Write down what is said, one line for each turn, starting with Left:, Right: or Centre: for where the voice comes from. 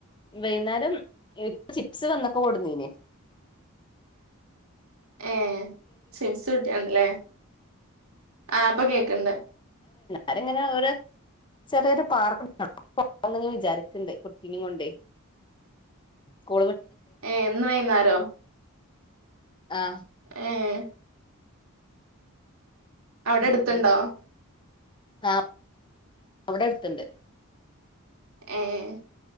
Left: വൈന്നേരം പ്പ ചിപ്സ് വന്നൊപ്പാ കൊണ്ടൊന്നിന്
Right: ഏഹ് ചിപ്‌സ് കുട്ട് ഒണ്ടല്ലേ ആഹ് ഇപ്പൊ കേക്കണ്ട്
Left: ആരങ്ങനെ ഓരോ ചെറിയൊരു പാർക്ക് <unintelligible> പോണനിങ്ങനെ വിചാരിക്കണ്ട് കുട്ടീ നേയും കൊണ്ടെ സ്കൂൾ
Right: ഏഹ് ഇന്ന് വൈന്നേരോ
Left: ആഹ്
Right: ഏഹ് അവിടെ
Left: ഉം
Right: അടുത്തുണ്ടോ
Left: ആഹ് അവിടെ അടുത്തുണ്ട്
Right: എ ഏഹ്